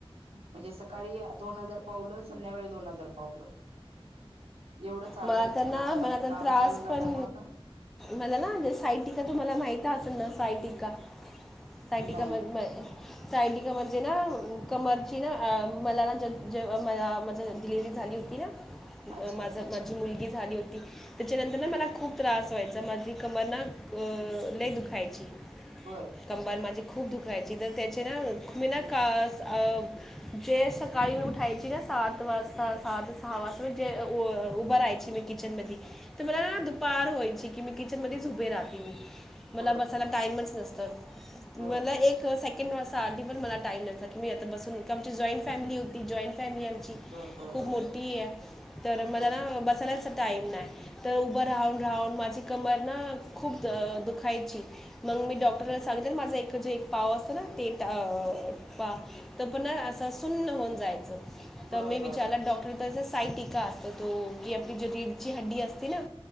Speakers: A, on the right; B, in the centre.
A: म्हणजे सकाळी दोन हजार पावलं संध्याकाळी दोन हजार पावलं. एवढं चालत
B: म आता
A: होते
B: ना
A: पण माझं
B: मला आता
A: काम
B: त्रास
A: चालू झाल्यामुळे
B: पण
A: ना
B: मला ना साईटिका तुम्हाला माहिती असन ना साई टिका? साईटिका
A: नाही
B: मद मय साईटिका म्हणजे ना कमरची ना मला ना ज- जेव्हा मा-माझं डिलिव्हरी झाली होती ना.
A: अच्छा
B: अ माझ माझी मुलगी झाली होती. त्याच्यानंतर ना मला खूप त्रास व्हायचा माझी कमरना लय दुखायची.
A: बरं.
B: कंबर माझी खूप दुखायची तर त्याचे ना मी ना कास अ जे सकाळी मी उठायची न सात वाजता सहा ते सहा वाजता जे व उभं राहायची मी किचन मधी तर मला
A: ह
B: दुपार व्हायची की मी किचन मध्येच उभे राहते मी. मला
A: बर
B: बसायला
A: बर
B: टाइमच नसत,
A: बर
B: मला
A: बर
B: एक से कीन वाजता आधी पण मला टाईम नसा की मी आता बसून का आमची जॉईंट फॅमिली होती जॉईंट फॅमिली आमची
A: बर बर बर
B: खूप
A: बर
B: मोठीये, तर मला
A: बर
B: ना
A: बर
B: बसायलाच टाईम नाय. तर उभं राहून राहून माझी कमर ना खूप दुखायची. मग मी डॉक्टरला सांगीतल माझा एकडच एक पाव असत ना ते पा तर पूर्ण असा सुन्न होऊन जायचं, तर
A: बर
B: मी विचारलं
A: बर
B: डॉक्टर तस साईटीका अस तर तो की आपली जी रीडची हड्डी असती ना?